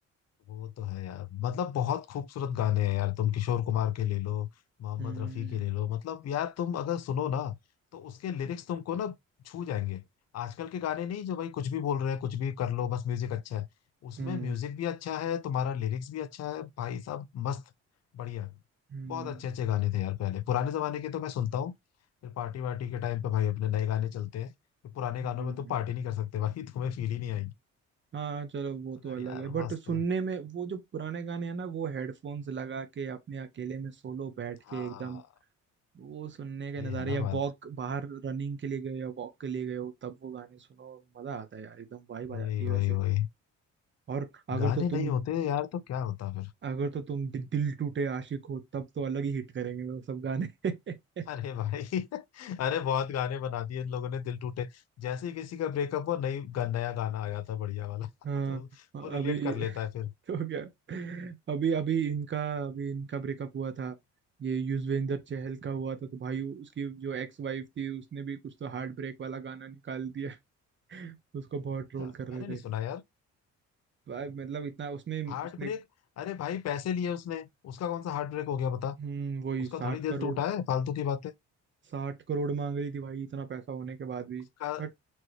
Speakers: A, on the left; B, on the right.
A: वो तो है यार मतलब बहुत खूबसूरत गाने हैं यार तुम किशोर कुमार के ले लो मोहम्मद
B: हम्म
A: रफी के ले लो मतलब यार तुम अगर सुनो ना तो उसके लिरिक्स तुमको ना छू जाएंगे आजकल के गाने नहीं जो भाई कुछ भी बोल रहे हैं कुछ भी कर लो बस म्यूजिक अच्छा है उसमें
B: हम्म
A: म्यूजिक भी अच्छा है तुम्हारा लिरिक्स भी अच्छा है भाई साहब मस्त बढ़िया
B: हम्म
A: बहुत अच्छे अच्छे गाने थे यार पहले पुराने जमाने के तो मैं सुनता हूँ फिर पार्टी वार्टी के टाइम पे भाई अपने नए गाने चलते हैं फिर पुराने
B: हम्म।
A: गानों में तुम पार्टी नहीं कर सकते भाई <laughs> तुम्हें फील ही नहीं आएगी
B: हाँ चलो वो
A: अगर
B: तो अलग
A: यार
B: है बट
A: मस्त
B: सुनने
A: है
B: में वो जो पुराने गाने हैं ना वो हेडफोन्स लगा के अपने अकेले में सोलो बैठ
A: हाँ
B: के एकदम वो सुनने के
A: ये
B: नज़ारे
A: है ना
B: या
A: बात
B: वॉक बाहर रनिंग के लिए गए या वॉक के लिए गए हो तब वो गाने सुनो मजा आता है यार एकदम वाइब
A: वही
B: आ जाती
A: वही
B: है वैसे
A: वही
B: और अगर
A: गाने
B: तो
A: नहीं
B: तुम
A: होते यार तो क्या होता फिर
B: अगर तो तुम दि, दिल टूटे आशिक हो तब तो अलग ही हिट करेंगे वो सब गाने <laughs>
A: अरे भाई <laughs> अरे बहुत गाने बना दिए इन लोगों ने दिल टूटे जैसे ही किसी का ब्रेकअप हो नई गा- नया गाना आ जाता है बढ़िया वाला
B: हाँ
A: <laughs> तो वो रिलेट
B: अभी
A: कर लेता है फिर
B: तो क्या अभी अभी इनका अभी इनका ब्रेकअप हुआ था ये युजवेंद्र चहल का हुआ था तो भाई उसकी जो एक्स वाइफ थी उसने भी कुछ तो हार्ट ब्रेक वाला गाना निकाल दिया <laughs> उसको बहुत ट्रोल
A: मैंने
B: कर रहे
A: नहीं सुना यार
B: भाई मतलब इतना उसमें
A: हार्ट
B: उसने
A: ब्रेक अरे भाई पैसे लिए उसने उसका कौन सा हार्ट ब्रेक हो गया बता
B: हम्म वही
A: उसका
B: साठ
A: थोड़ी
B: करोड़
A: दिल टूटा है फालतू की बातें
B: साठ करोड़ मांग रही थी भाई इतना पैसा होने के बाद भी
A: उसका
B: बट